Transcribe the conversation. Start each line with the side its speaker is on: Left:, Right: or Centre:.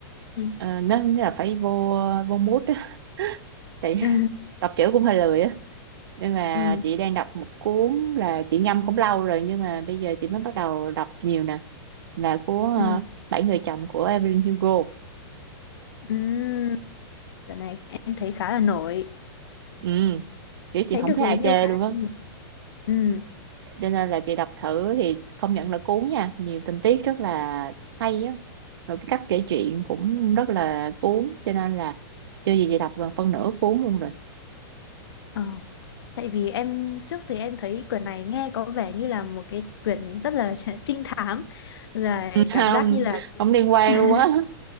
Left: ừ.
Right: ờ, nó nó là phải vô vô mood á tại
Left: <laughs> ừ
Right: <laughs> đọc chữ cũng hơi lười á nên mà
Left: ừ
Right: chị đang đọc một cuốn là chị ngâm cũng lâu rồi nhưng mà bây giờ chị mới bắt đầu đọc nhiều nè là cuốn
Left: ừ
Right: ờ, Bảy người chồng của Evelyn Hugo
Left: ừ cái này em thấy khá là nổi
Right: ừ kiểu chị
Left: thấy
Right: không
Left: được
Right: thấy
Left: review
Right: ai chê
Left: khá
Right: luôn
Left: là
Right: á
Left: nhiều ừ
Right: cho nên là chị đọc thử thì công nhận là cuốn nha nhiều tình tiết rất là hay á rồi cái cách kể chuyện cũng rất là cuốn cho nên là chưa gì chị đọc gần phân nửa cuốn luôn rồi
Left: ờ. tại vì em trước thì em thấy quyển này nghe có vẻ như là một cái quyển rất là <laughs> trinh thám rồi
Right: <laughs>
Left: cảm
Right: không
Left: giác như là
Right: không liên quan
Left: <laughs>
Right: luôn á